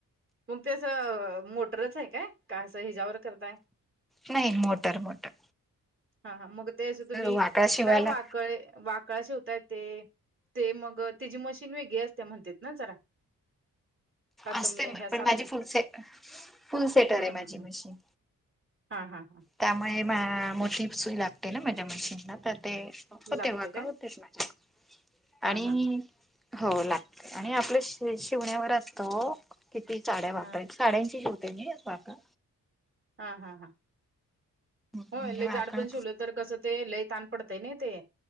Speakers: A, on the right; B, in the centre.
A: मग ते असं मोटरच आहे, काय काय असं हॆच्या्वर करताय?
B: नाही मोटर बोटर
A: हा हा मग त्या दिवशी तुम्ही,
B: वाकळा शिवायला
A: काय वाकळ वा काय शिवतायत? ते मग तेजी मशीन वेगळी असत्या म्हणतात ना जरा. <inaudible>
B: असते
A: तुम्ही
B: म
A: ह्याच
B: पण
A: आपल्या
B: माझी फुल सेटर फुल सेटर
A: हम्म
B: आहे
A: हम्म
B: माझी
A: हम्म
B: मशीन.
A: हा हा हा.
B: त्यामुळे मा मोठी सुई लागते ना माझ्या मशीनला तर, ते हो
A: लागते
B: तेव्हा
A: काय
B: का होतेच, माझ्या
A: हा
B: आणि
A: हा
B: मी
A: हा
B: हो लागतं, आणि आपल्या शिवण्यावर असत ओ किती साड्या वापराच्या?
A: हा
B: साड्यांचे शिवते मी वाकळा.
A: हा हा हा
B: म्हणजे
A: होय लय
B: वाकड
A: जाड पण शिवले, तर कसं ते लय ताण पडतय न ते